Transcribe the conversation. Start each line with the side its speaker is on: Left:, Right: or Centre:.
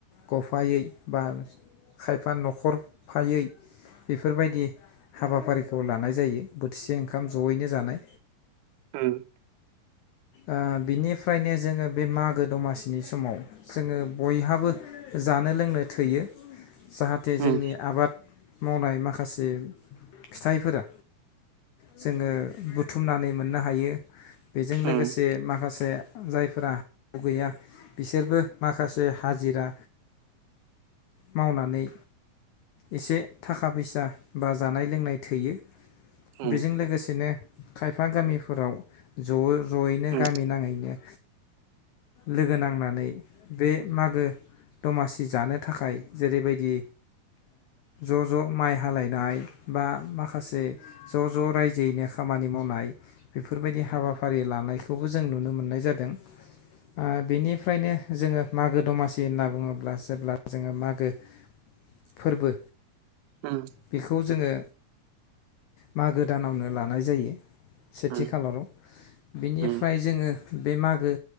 Left: ग'फायै बा खायफा न'खर फायै बेफोरबायदि हाबाफारिखौ लानाय जायो बोथिसे ओंखाम जयैनो जानाय।
Right: उम।
Left: ओ बिनिफ्रायनो जोङो बे मागो दमासिनि समाव जोङो बयहाबो जानो लोंनो थोयो। जाहाथे जोंनि
Right: उम
Left: आबाद मावनाय माखासे फिथाइफोरा जोङो बुथुमनानै मोननो हायो बेजों लोगोसे
Right: उम
Left: से माखासे जायफोरा हा हु गैया बिसोरबो माखासे हाजिरा मावनानै एसे थाखा फैसा बा जानाय लोंनाय थोयो
Right: उम
Left: बेजों लोगोसेनो खायफा गामिफोराव ज' ज'यैनो
Right: उम
Left: गामि नाङैनो लोगो नांनानै बे मागो दमासि जानो थाखाय जेरैबायदि ओ ज' ज' माइ हालायनाय बा माखासे ज' ज' रायजोयैनो खामानि मावनाय बेफोरबायदि हाबाफारि लानायखौबो जों नुनो मोननाय जादों। ओ बेनिफ्रायनो जोङो मागो दमासि होनना बुङोब्ला जेब्ला जोङो मागो फोरबो
Right: उम
Left: बेखौ जोङो मागो दानावनो लानाय जायो सेथि
Right: उम
Left: खालाराव बिनिफ्राय
Right: उम
Left: जोङो बे मागो